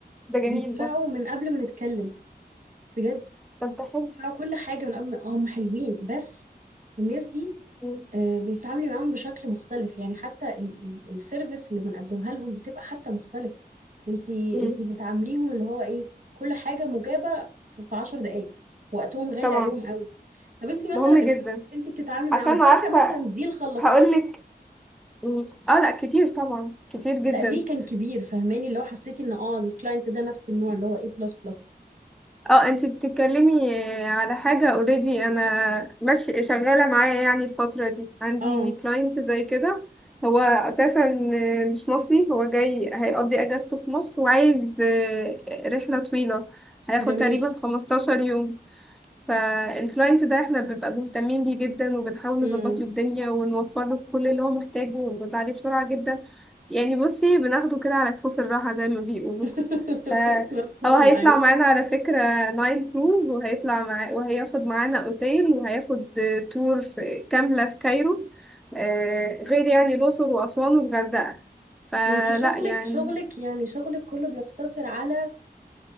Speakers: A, in the centre; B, on the right (about 50°).
A: ده
B: بيدفعوا
A: جميل ده
B: من قبل ما نتكلم بجد
A: طب ده حلو
B: بيدفعوا كل حاجه من قبل ما هم حلوين بس الناس دي
A: مم.
B: آه، بيتعاملي معاهم بشكل مختلف يعني حتى ال- ال- السيرفيس اللي بنقدمها لهم بتبقى حتى مختلفة انتي
A: مم.
B: انتي بتعامليهم اللي هو ايه كل حاجة مجابة في في عشر دقايق وقتهم غالي
A: طبعا
B: عليهم قوي طب انتي
A: مهم
B: مثلا الكلاينت
A: جدا
B: اللي انتي بتتعاملي معاهم
A: عشان
B: فاكرة
A: عارفة
B: مثلا ديل خلصتيه
A: هقولك مم. اه لا كتير طبعا كتير جدا
B: لا ديل كان كبير فهماني اللي هو حسيتي ان اه الكلاينت ده نفس النوع اللي هو ايه بلس بلس
A: اه انت بتتكلمي على حاجة اوريدي انا ماشي شغالة معايا يعني الفترة دي عندي
B: اه
A: كلاينت زي كده هو اساسا مش مصري هو جاي هيقضي اجازته في مصر وعايز آه، رحلة طويلة هياخد
B: جميل
A: تقريبا 15 يوم فالكلاينت ده احنا بنبقى مهتمين بيه جدا وبنحاول
B: امم
A: نظبط له الدنيا ونوفر له كل اللي هو محتاجه ونرد عليه بسرعة جدا يعني بصي بناخده كده على كفوف الراحة زي ما بيقولوا
B: <laughs>
A: فهو
B: مفهوم
A: هيطلع
B: ايوه
A: معانا على فكرة نايل كروز وهيطلع مع وهياخد معانا اوتيل وهياخد تور في كاملة في كايرو آه، غير يعني الأقصر وأسوان والغردقة فلا
B: انتي شغلك
A: يعني
B: شغلك يعني شغلك كله بيقتصر على